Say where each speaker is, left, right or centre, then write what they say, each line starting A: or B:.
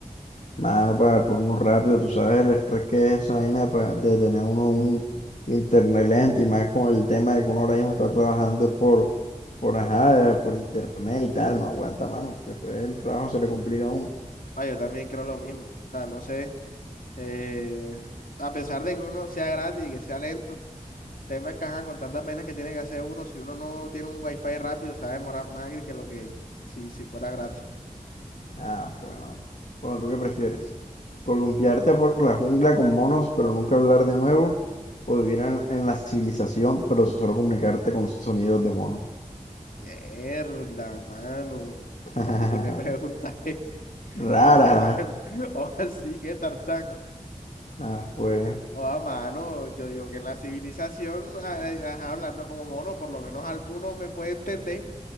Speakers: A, on the left (about 60°); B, on the left (about 85°).
A: Mano, para por uno rápido, tú sabes el estrés que es esa vaina de, pa- de tener uno un internet lento y más con el tema de que uno ahora mismo está trabajando es por, por, ajá, eh, por internet y tal, no aguanta, mano. Después el trabajo se le complica a uno.
B: Ah, yo también creo lo mismo. O sea, no sé. eh, a pesar de que uno sea gratis y que sea lento, temas que ajá, con tantas vainas que tiene que hacer uno, si uno no tiene un wifi rápido, se va a demorar más que lo que si, si fuera gratis.
A: Ah, pues, mano. Bueno, ¿tú qué prefieres? ¿Columpiarte por la jungla con monos, pero nunca hablar de nuevo? ¿O vivir en, en la civilización, pero solo comunicarte con sonidos de mono
B: Mierda, mano. <laughs>
A: <laughs>
B: Algo le preguntaje. <laughs>
A: Rara.
B: Ah, mano. O así que Tarzán.
A: Ah, pues.
B: O a mano. Yo digo que en la civilización, a- a- ajá, hablando como mono, por lo menos alguno me puede entender.